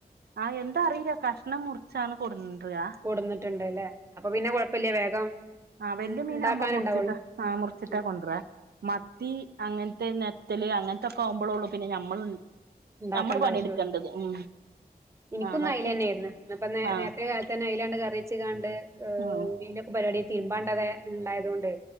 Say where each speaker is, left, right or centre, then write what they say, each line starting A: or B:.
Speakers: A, on the right; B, on the right.
A: ആഹ് എന്ത അറില കഷ്ണമൂർ മുറിച്ചാണ് കൊണ്ടരാ
B: കൊടുന്നിട്ടുണ്ട് ല്ലേ അപ്പൊ പിന്നെ കുഴപ്പില്ല വേഗം
A: ആഹ് വല്യ
B: ഉം
A: മീന
B: ഉണ്ടാക്കാനുണ്ടാവുള്ളു
A: ആകുമ്പോ മുറിച്ചിട്ട ആഹ് മുറിച്ചിട്ടാ
B: ആ
A: കൊണ്ടരാ മത്തി അങ്ങനത്തെ നെത്തല് അങ്ങനത്തെൊക്കെ ആവുമ്പോളൊള്ളു പിന്നെ ഞമ്മള്
B: ഉണ്ടാക്കണ്ട
A: നമ്മള് പണിയെടുക്കേണ്ടത്
B: ആവശ്യം
A: ഉം
B: എനിക്കൊന്ന
A: ആഹ് മത്തി
B: അയിലന്നെയായിരുന്നു ന്ന്പ്പ നേരത്തെ
A: ആഹ്
B: കാലത്തന്നെ അയിലാണ്ട് കറിയിച്ച് കാണ്ട്
A: ഉം
B: ഇലൊക്കെ പരിപാടി തീരുമ്പാണ്ടതെ ണ്ടായതൊണ്ട്